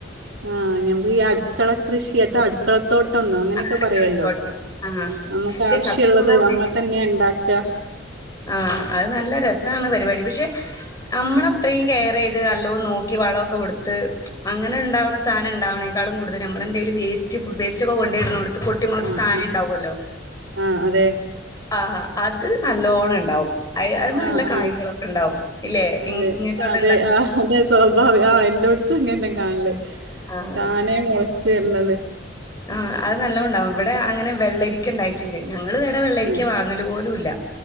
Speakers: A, on the right; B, on the left.
A: ആഹ് ഞമ്മ ഈ അടുക്കള കൃഷിയട്ടടു അക്കളത്തോട്ടൊന്നോ അങ്ങനെയൊക്കെ
B: അടുക്കളത്തോട്ടം.
A: പറയല്ലോ
B: ആഹ്
A: നമ്മുക്ക്
B: പക്ഷെ
A: ആവശ്യള്ളത്
B: സത്യം പറഞ്ഞാ ഭയങ്കര
A: നമ്മൾ തന്നെ ഇണ്ടാക്കി <unintelligible>
B: ആഹ് അത് നല്ല രസാണ് പരിപാടി പക്ഷെ നമ്മള് അത്രേം കെയറെയ്ത് നല്ലോ നോക്കി വളോക്കെ കൊടുത്ത് അങ്ങനെ ണ്ടാവണ സാനം ഇണ്ടാവണ് കാളും കൂടുതല് നമ്മളെന്തേല് വേസ്റ്റ് ഫുഡ് വേസ്റ്റൊക്കെ കൊണ്ടയ്ട്ണോണ്ട് പൊട്ടി മുളച്ച്
A: ആഹ്
B: താനെ
A: ആഹ്
B: ണ്ടാവല്ലോ.
A: ആഹ് അതെ
B: ആഹ് അത് ന ല്ലോണ ണ്ടാവും. അഹ് അഹ് മൽ
A: ആഹ്
B: നല്ല കായ്കളൊക്കെ
A: ആഹ്
B: ണ്ടാവും. ഇല്ലെ
A: അതെ
B: ഇൻ ഇങ്ങക്ക് അവിടെണ്ട.
A: അതെ ആഹ് അതെ സ്വാഭാവികാ. എല്ലോട്ത്തും ങ്ങന്നാ കാണല്
B: ആഹ്
A: താനേ മുളച്ച് വര്ന്നത്.
B: ആഹ് അത് നല്ലോം ണ്ടാവും. വിടെ അങ്ങനെ വെള്ളരിക്ക
A: ഉം
B: ണ്ടായിട്ടുണ്ട്. ഞങ്ങള് ഇവിടെ വെള്ളരിക്ക
A: ഉം
B: വാ ങ്ങല് പോലുല്ല.